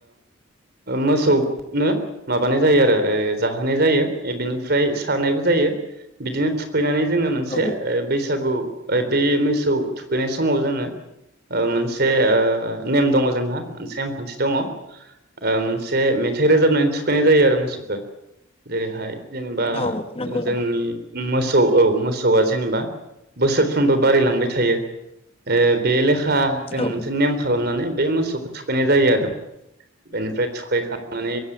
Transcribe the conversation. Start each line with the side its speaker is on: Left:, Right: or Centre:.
Right: मोसौनो माबानाय जायो आरो जाहोनाय जायो बेनिफ्राय सारनायबो जायो बिदिनो थुखैनानै जोङो मोनसे
Left: औ
Right: बैसागु बे मोसौ थुखैनाय समाव जोङो ओ मोनसे ओ नेम दङ जोंहा मोनसे नेमखान्थि दङ ओ मोनसे मेथाइ रोजाबनानै थुख थुखैनाय जायो आरो मोसौखौ जेरैहाय जेनेबा
Left: औ नंगौ
Right: जोंनि
Left: नोंथां
Right: मोसौ औ मोसौआ जेनेबा बोसोरफ्रोमबो बारलांबाय थायो ओ बे बेेलेखा हा जों
Left: औ
Right: मोनसे नेम खालामनानै बे मोसौ मोसौखौ थुखैनाय जायो आरो बेनिफ्राय थुखैखांनानै